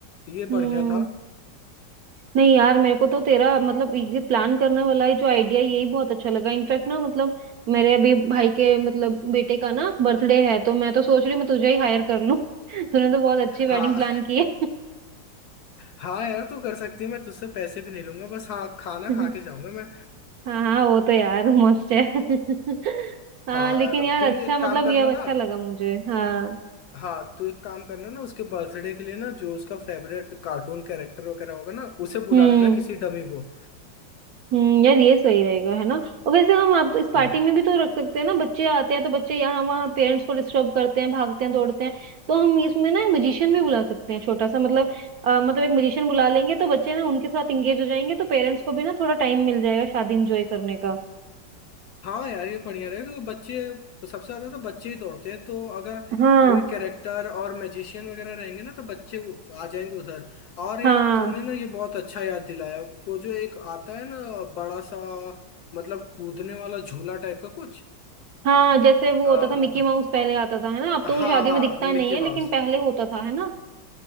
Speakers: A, on the left (about 70°); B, on the right (about 70°).
A: ये बढ़िया
B: हम्म
A: था
B: नहीं यार मेरे को तो तेरा मतलब ये प्लान करने वाला है जो आइडिया यही बहुत अच्छा लगा इनफैक्ट ना मतलब मेरे अभी भाई के मतलब बेटे का ना बर्थडे है तो मैं तो सोच रही हूँ मैं तुझे ही हायर कर लूँ <laughs> तूने तो बहुत अच्छी वेडिंग
A: हाँ
B: प्लान की है
A: हाँ यार तू कर सकती है मैं तुझसे पैसे भी नहीं लूंगा बस हाँ खाना
B: <laughs>
A: खा के जाऊंगा मैं
B: हाँ हाँ वो तो यार मस्त है <laughs> हाँ
A: हाँ
B: लेकिन यार
A: तू ही
B: अच्छा
A: एक
B: मतलब
A: काम करना
B: ये अच्छा
A: ना
B: लगा मुझे हाँ
A: हाँ तू एक काम करना ना उसके बर्थडे के लिए ना जो उसका फेवरेट कार्टून कैरेक्टर वगैरह होगा ना उसे बुला
B: हम्म
A: लेना किसी डमी को
B: हम्म यार ये सही रहेगा है ना और वैसे हम आप तो इस पार्टी
A: हाँ
B: में भी तो रख सकते हैं ना बच्चे आते हैं तो बच्चे यहाँ वहाँ पेरेंट्स को डिस्टर्ब करते हैं भागते हैं दौड़ते हैं तो हम इसमें ना एक मजिशियन भी बुला सकते हैं छोटा सा मतलब अ, मतलब एक मजिशियन बुला लेंगे तो बच्चे ना उनके साथ इंगेज हो जाएंगे तो पेरेंट्स को भी ना थोड़ा टाइम मिल जाएगा शादी इंजॉय करने का
A: हाँ यार ये बढ़िया रहेगा क्योंकि बच्चे सबसे ज्यादा तो बच्चे ही दौड़ते हैं तो अगर
B: हाँ
A: कोई कैरेक्टर और मैजिशियन वगैरह रहेंगे ना तो बच्चे वो आ जाएंगे उधर और
B: हाँ
A: यार तूने ना ये बहुत अच्छा याद दिलाया वो जो एक आता है ना बड़ा सा मतलब कूदने वाला झूला टाइप का कुछ
B: हाँ जैसे वो
A: आ,
B: होता था मिकी माउस पहले आता था है ना अब
A: हाँ
B: तो वो शादियों
A: हाँ
B: में दिखता
A: मिकी
B: नहीं है
A: माउस
B: लेकिन पहले होता था है ना